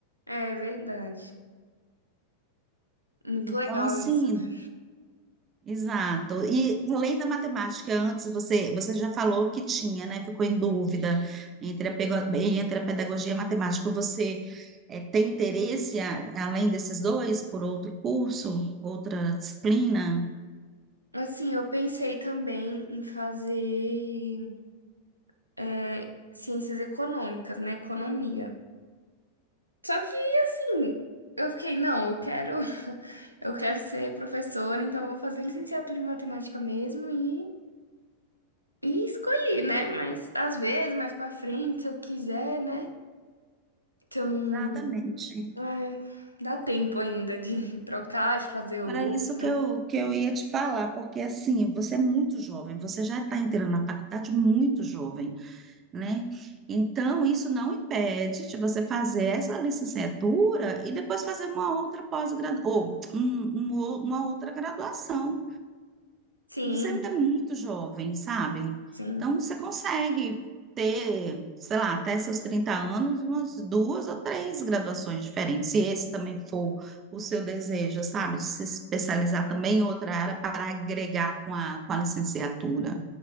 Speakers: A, on the right (about 85°); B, on the right (about 25°).
A: É verdade. Muito
B: Então,
A: legal
B: assim,
A: isso, né?
B: Exato. E além da matemática, antes você, você já falou que tinha, né? Ficou em dúvida entre a, pego- entre a pedagogia e a matemática. Você eh, tem interesse, a- além desses dois, por outro curso, outra disciplina?
A: Assim, eu pensei também em fazer é, ciências econômicas, né? Economia. Só que, assim, eu fiquei, não, eu quero, <laughs> eu quero ser professora, então eu vou fazer licenciatura em matemática mesmo e, e escolhi, né? Mas às vezes, mais pra frente, se eu quiser, né? Se eu não.
B: Exatamente.
A: Ai, dá tempo ainda de <laughs> trocar, de fazer outro.
B: Era isso que eu, que eu ia te falar, porque assim, você é muito jovem, você já está entrando na faculdade muito jovem. né? Então, isso não impede de você fazer essa licenciatura e depois fazer uma outra pós-graduação, ou um- um ou- uma outra graduação,
A: Sim,
B: que você ainda é muito jovem, sabe?
A: sim.
B: Então, você consegue ter, sei lá, até seus 30 anos, umas duas ou três graduações diferentes, se esse também for o seu desejo, sabe? De se especializar também em outra área para agregar com a, com a licenciatura.